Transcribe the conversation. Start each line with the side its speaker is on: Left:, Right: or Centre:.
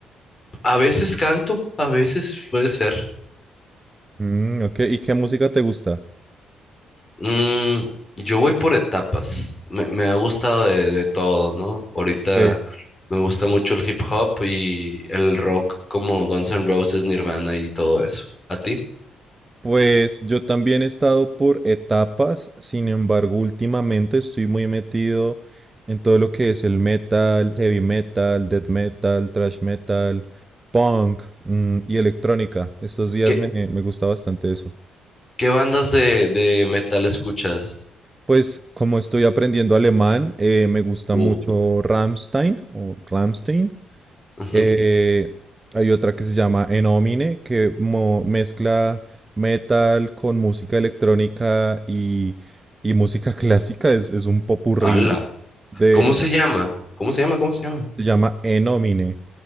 Left: A veces canto, a veces puede ser.
Right: Mm, ok. ¿Y qué música te gusta?
Left: Mm, yo voy por etapas, me, me ha gustado de, de todo, ¿no? Ahorita
Right: Eh,
Left: me gusta mucho el hip hop y el rock como Guns N' Roses, Nirvana y todo eso. ¿A ti?
Right: Pues yo también he estado por etapas, sin embargo, últimamente estoy muy metido en todo lo que es el metal, heavy metal, death metal, thrash metal, punk, mm, y electrónica. Estos días
Left: ¿Qué,
Right: me, me gusta bastante eso.
Left: qué bandas de, de metal escuchas?
Right: Pues como estoy aprendiendo alemán, eh, me gusta
Left: Uh,
Right: mucho Rammstein o Rammstein.
Left: ujú.
Right: Eh, hay otra que se llama Enomine que mo- mezcla metal con música electrónica y, y música <laughs> clásica. Es, es un popurrí
Left: Ala.
Right: de,
Left: ¿Cómo
Right: de-
Left: se llama? ¿Cómo se llama? ¿Cómo se llama?
Right: se llama Enomine.